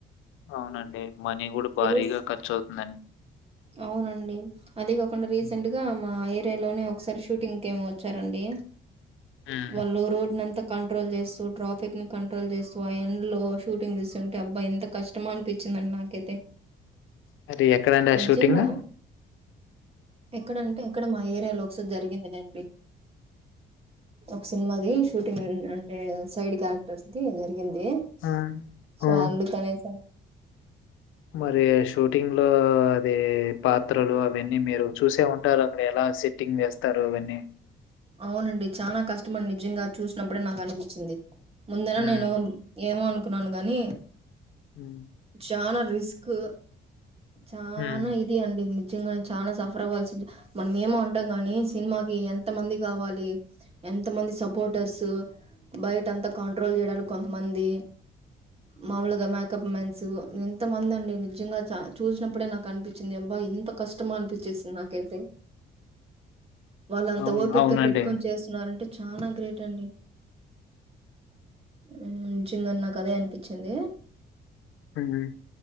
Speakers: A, on the left; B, on the right.
A: అవునండి. మనీ గూడా భారీగా
B: రిస్
A: ఖర్చవుతుందండి.
B: అవునండి అది గాకుండా రీసెంట్
A: హ్మ్.
B: గా మా ఇలోనే ఒకసారి షూటింగ్ కేమో వచ్చారండి
A: హ్మ్.
B: వాళ్ళు రోడ్నంతగ్ కంట్రోల్ చేస్తూ ట్రాఫిక్ ని కంట్రోల్ చేస్తూ ఆ ఎండ్ లో షూటింగ్ తీస్తుంటే అబ్బాయి ఎంత కష్టమో అనిపించిందండి నాకైతే.
A: మరి ఎక్కడండ్ ఆ
B: నిజంగా
A: షూటింగ్
B: ఎక్కడంటే ఇక్కడ మా ఏరియా లో ఒకసారి జరిగింది లెండి ఒక్ సిన్మ్ అది షూటింగ్ అంటే సైడ్ క్యారెక్టర్స్ ది వర్ దిగింది
A: ఆ!
B: సో
A: ఆ!
B: అందుకనేసర్
A: మరి షూటింగ్ లో అదీ పాత్రలు అవేన్నీ మీరు చూసే ఉ టర్ అక్కడ ఎలా సెట్టింగ్ చేస్ తరు ఇవన్ని
B: అవునండి చాలా కష్టమండి నిజంగా చూసినప్పుడే నాకు అనిపించింది ముందర
A: హ్మ్.
B: నేను ఏమో అనుక్ కున్నాను గానీ
A: హ్మ్.
B: చానా రిస్క్ చానా
A: హ్మ్.
B: ఇది అండి నిజ్ నిజంగానే చాలా సఫర్ అవ్వాల్సి మన ఏమో అంటాం గాని సినిమాకి ఎ ఎంత మంది కావాలి ఎంత మంది సపోర్టర్స్ బయట అంత కాంట్రోల్ చేయాలి కొంతమంది మాములుగా మేకప్ మన్స్ ఎంతో మంది అండి నిజంగా చా చూసినప్పుడే నాకు అనిపిచ్చింది అబ్బా ఎంత కష్టమ అనిపిచ్చేసింది నాకైతే వా
A: అవును.
B: త ఓపిగ్గా
A: అవునండి.
B: పెట్టుకొని చేస్తున్నారంటే చానా గ్రేట్ అండి మ్మ్ నిజంగా నాకు అదే అనిపిచ్చింది
A: హ్మ్.